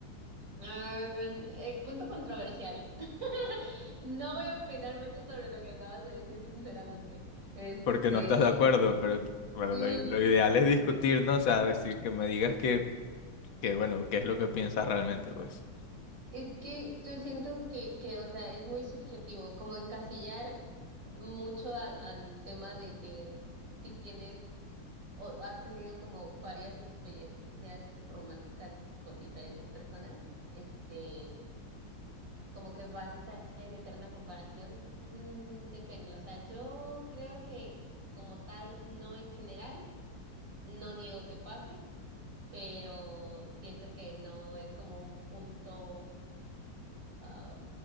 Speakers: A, on the right (about 70°); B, on the left (about 85°).
A: Ah, eh, punto controversial. <laughs> No voy a opinar mucho sobre lo que acabas de decir, sinceramente. Este,
B: porque no estás de acuerdo, pero bueno,
A: mm,
B: lo, i- lo ideal es discutir, ¿no? O sea, decir que me digas que, que bueno, qué es lo que piensas realmente, pues.
A: es que yo siento que, que, o sea, es muy subjetivo, como encasillar mucho al, al tema de que si tienes ¿O has tenido como varias experiencias románticas con diferentes personas? Este, como que vas a estar en eterna comparación. Mm, depende, o sea, yo creo que como tal no es general, no niego que pase, pero siento que no es como un punto am,